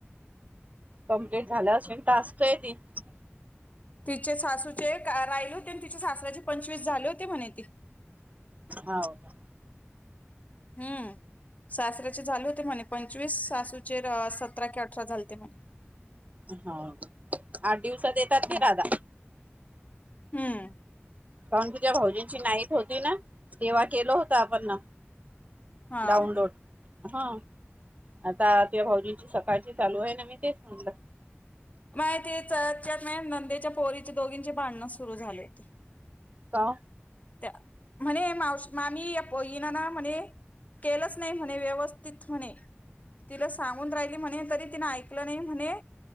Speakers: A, on the right; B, on the left.
A: कंप्लीट झाल्या, असले कि टास्क येतील?
B: तिचे सासूचे राहिले होते, आणि तिच्या सासय्राचे पंचवीस झाले होते. म्हणे ती.
A: हाव का?
B: हम्म सासऱ्याचे झाले होते म्हणे, पंचवीस सासूचे सतरा कि अठरा झाले ते म्हणे.
A: हा हा आठ दिवसात येतात
B: हम्म
A: की दादा?
B: हम्म!
A: कारण तुझ्या भाऊजींची नाइट होती, ना तेव्हा केलं होत आपण ना.
B: हा
A: डाऊनलोड. हा आता ते भाऊजीची सकाळची चालू आहे ना, मी तेच म्हणलं.
B: माहिती तेच्यात नाही नंदेच्या पोरीचे दोघींचे भांडणं सुरू झाले होते.
A: का?
B: त्या म्हणे मावशी मामी पो-इना ना म्हणे केलंच नाही म्हणे व्यवस्थित म्हणे, तिला सांगून राहिली म्हणे तरी तिन ऐकलं नाही म्हणे,